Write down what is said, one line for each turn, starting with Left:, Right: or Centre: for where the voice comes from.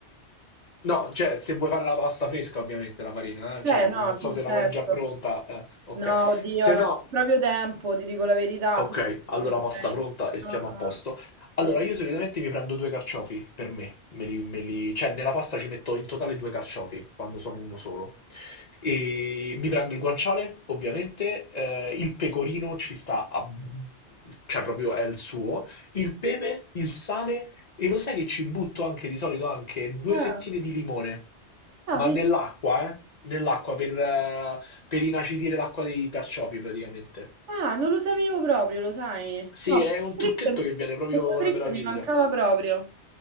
Left: No, cioè se vuoi fare la pasta fresca ovviamente la farina, eh,
Right: Beh,
Left: Cioè non,
Right: no,
Left: non
Right: sì,
Left: so se la
Right: certo.
Left: vuoi già pronta, eh, ok.
Right: No, oddio,
Left: Se
Right: non
Left: no,
Right: c'è proprio tempo, ti dico la verità,
Left: Ok,
Right: forse preferirei...
Left: allora pasta pronta e
Right: Ah,
Left: siamo
Right: ah,
Left: a posto.
Right: Sì.
Left: Allora, io solitamente mi prendo due carciofi per me, me li, me li- cioè nella pasta ci metto in totale due carciofi quando sono uno solo. E mi prendo il guanciale, ovviamente, eh, il pecorino ci sta a... cioè proprio è il suo, il pepe, il sale e lo sai che ci butto anche di solito anche due
Right: Ah,
Left: fettine di limone,
Right: ah,
Left: ma
Right: vedi?
Left: nell'acqua, eh? Nell'acqua per, eh, per inacidire l'acqua dei carciofi praticamente.
Right: Ah, non lo sapevo proprio, lo sai.
Left: Sì,
Right: No,
Left: è
Right: questo
Left: un trucchetto
Right: trick,
Left: che viene proprio
Right: questo
Left: una
Right: trick
Left: meraviglia.
Right: mi mancava proprio.